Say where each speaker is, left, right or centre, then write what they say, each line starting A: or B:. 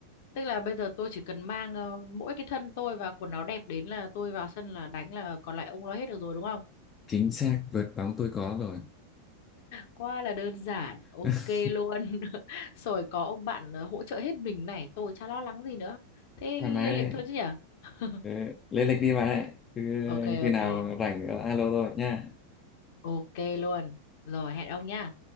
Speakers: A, on the left; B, on the left.
A: tức là bây giờ tôi chỉ cần mang ờ, mỗi cái thân tôi và quần áo đẹp đến là tôi vào sân là đánh là còn lại ông lo hết được rồi đúng không?
B: chính xác vợt bóng tôi có rồi
A: Quá là đơn giản, ok
B: <laughs>
A: luôn. <laughs> Rồi có ông bạn ờ, hỗ trợ hết mình này, tôi chả lo lắng gì nữa. Thế
B: thoải
A: lên
B: mái đấy
A: lịch thôi chứ nhở? <laughs>
B: ừ, lên lịch đi bà đấy cứ
A: Ok
B: khi
A: ok,
B: nào rảnh alo tôi nha
A: ok luôn. Rồi hẹn ông nhá.